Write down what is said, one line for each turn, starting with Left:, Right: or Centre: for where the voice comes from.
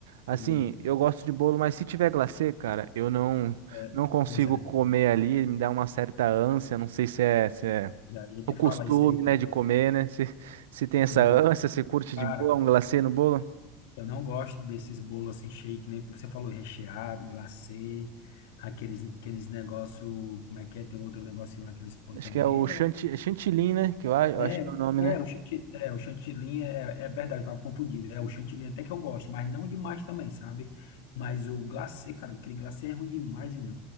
Right: Assim,
Left: sim.
Right: eu gosto de bolo, mas se tiver glacê, cara, eu não,
Left: É,
Right: não consigo
Left: pois é,
Right: comer ali, me dá uma certa ânsia. Não sei se é, se é
Left: já ia te
Right: o costume,
Left: falar isso aí, cara.
Right: né, de comer, né? Se, se tem essa
Left: Sim.
Right: ânsia, se curte
Left: Cara,
Right: de boa um glacê no bolo.
Left: eu não gosto desses bolos assim cheio, nem você falou, recheado, glacê, aqueles, aqueles negócio, como é que é? Tem outro negocinho lá que eles põem
Right: Acho
Left: também.
Right: que é o chanti- chantilly, né? Que eu a- eu
Left: É,
Right: acho que
Left: é,
Right: é o nome, né?
Left: é, o chanti- é, o chantilly é, é verdade, eu tava confundindo. É, o chantilly até que eu gosto, mas não demais também, sabe? Mas o glacê, cara, aquele glacê é ruim demais, É